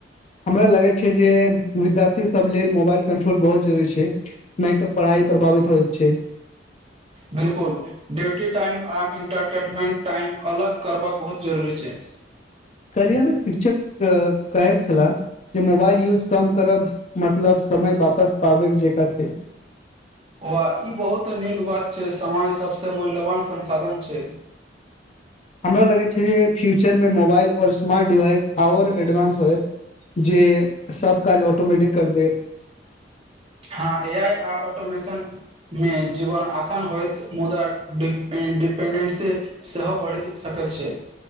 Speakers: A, on the left; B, on the right.
A: हमरा लगै छै जे विद्यार्थी सब लेल मोबाइल कंट्रोल बहुत जरूरी छै नहि तऽ पढ़ाइ प्रभावित होइत छै
B: बिलकुल ड्यूटी टाइम आ इंटरटेनमेंट टाइम अलग करबाक बहुत जरूरी छै
A: कल्हियन एक शिक्षक कहैत छलाह जे मोबाइल यूज कम करब मतलब समय वापस पाबैय जकाँ छै
B: वाह ई बहुत नीक बात छै समय सबसे मूल्यवान संसाधन छै
A: ह हमरा लागैत छै जे फ्यूचरमे मोबाइल आओर स्मार्ट डिवाइस आओर एडवांस होयत जे सब काज ऑटोमैटिक करि देत
B: हँ ए आइ आ ऑटोमेशनमे जीवन आसान होयइत मुदा इंडिपेंडेंस सेहो बढ़ि सकैत छै